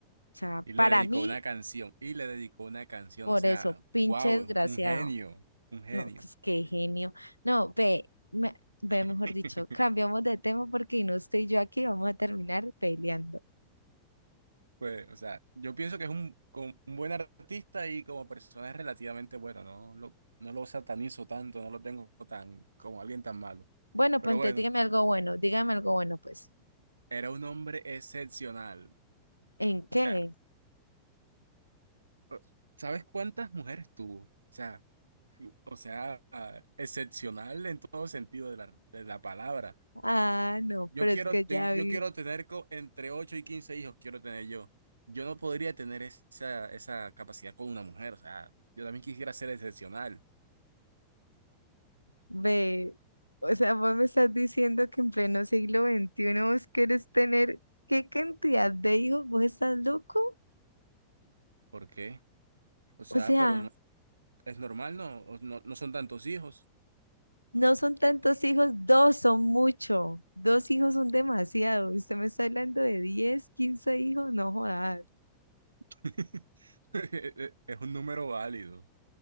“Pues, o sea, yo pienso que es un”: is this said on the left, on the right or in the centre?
Right